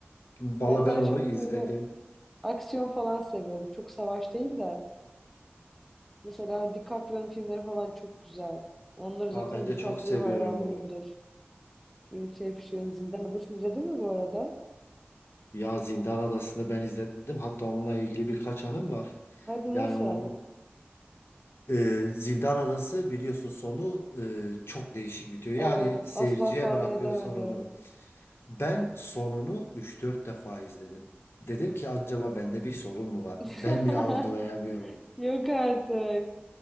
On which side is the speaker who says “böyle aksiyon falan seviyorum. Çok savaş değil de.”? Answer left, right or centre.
Centre